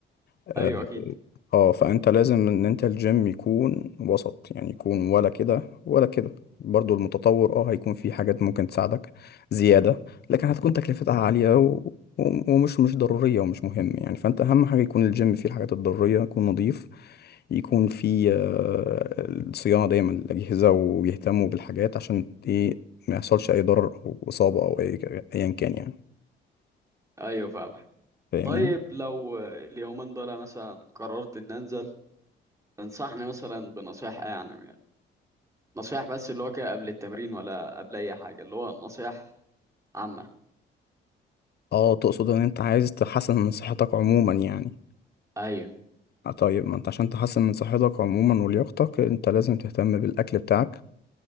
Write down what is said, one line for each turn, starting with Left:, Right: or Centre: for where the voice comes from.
Left: آه،
Right: ايوه اكيد
Left: اه فانت لازم ان انت الجيم يكون وسط يعني يكون ولا كده ولا كده برضو المتطور اه هيكون في حاجات ممكن تساعدك زيادة لكن هتكون تكلفتها عالية و... و- ومش مش ضرورية ومش مهم يعني فانت اهم حاجة يكون الجيم فيه الحاجات الضرورية يكون نظيف يكون فيه آه، الصيانة دايما الأجهزة ويهتموا بالحاجات عشان ايه ما يحصلش أي ضرر أو إصابة أو أي أيا كان يعني
Right: ايوه فاهم
Left: فاهمني؟
Right: طيب لو اليومين دول مثلا قررت ان انزل تنصحني مثلا بنصيحة إيه؟ يعني نصيحة بس اللي هو كده قبل التمرين ولا قبل اي حاجة اللي هو نصيحة عامة
Left: اه تقصد ان انت عايز تحسن من صحتك عموما يعني
Right: ايوه
Left: آه طيب ما انت عشان تحسن من صحتك عموما ولياقتك انت لازم تهتم بالاكل بتاعك